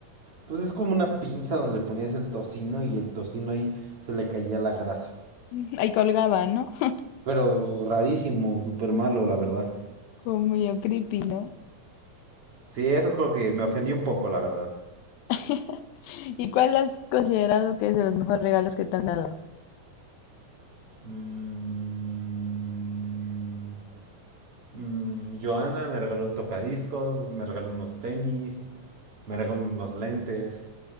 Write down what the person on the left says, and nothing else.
<laughs> Ahí colgaba, ¿no?
<laughs> Como medio creepy, ¿no?
<laughs> ¿Y cuál has considerado que es de los mejores regalos que te han dado?